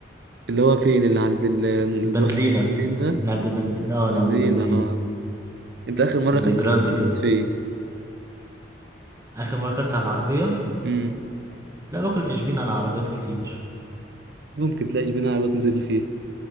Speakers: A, on the right; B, on the right.
A: اللي هو فين اللي عند ال- اللي
B: بنزينة
A: واخد بوكسيتين ده
B: نعدي بنزين اه
A: بنزين
B: نعدي بنزينة
A: اه انت اخر مره
B: عند
A: اكلت
B: جراند
A: بطاطس
B: كده
A: كانت فين
B: آخر مرة أكلت على العربية
A: امم
B: لا باكل في شبين على عربيات كتير
A: ممكن تلاقيش بينا عربيات نضيفه فيها